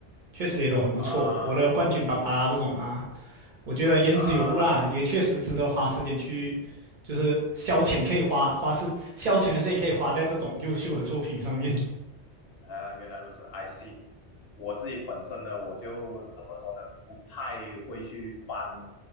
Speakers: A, on the right; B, on the left.
A: 确实也都很不错。
B: 啊
A: 我的冠军爸爸这种啊。我觉得言之有物啦，
B: 啊
A: 也确实值得花时间去，就是消遣，可以花花是消遣的时间可以花在这种优秀的作品上面。
B: 呃，原来如此，I see。我自己本身呢，我就怎么说呢，不太会去翻